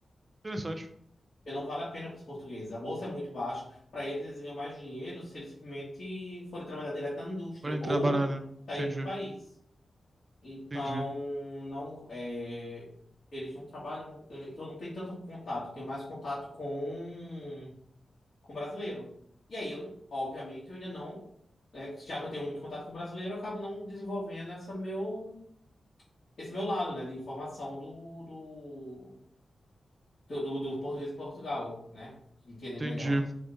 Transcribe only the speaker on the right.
Interessante.
Podem
trabalhar, né?
Entendi,
entendi,
entendi.